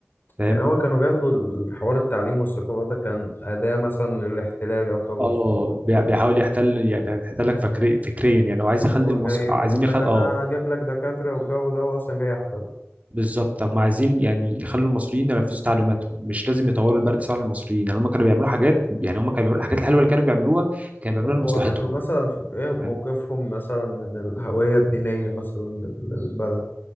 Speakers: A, on the right; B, on the left.
A: فاهم
B: يعني هو كانوا بياخدوا الحوار التعليم والثقافة ده كان أداة مثلا للاحتلال يعتبر
A: اه بي- بيحاول يحتل يعني بيحتلك فكري فكريا يعني هو
B: اللي
A: عايز يخلي
B: هو
A: المصري
B: جاي
A: عايزين
B: بيقول
A: يخل...
B: لك
A: اه
B: أنا هجيب لك دكاترة والجو ده هو أصلا جاي يحتل
A: بالظبط هم عايزين يعني يخلوا المصريين ينفذوا تعليماتهم مش لازم
B: مم.
A: يطوروا البرد الصعب للمصريين يعني هم كانوا بيعملوا حاجات يعني هم كانوا بيعملوا الحاجات الحلوه اللي كانوا بيعملوها كانوا
B: طب
A: بيعملوها
B: هو
A: لمصلحتهم
B: كانوا مثلا إيه موقفهم
A: فاهم؟
B: مثلا من الهوية الدينية مثلا لل- للبلد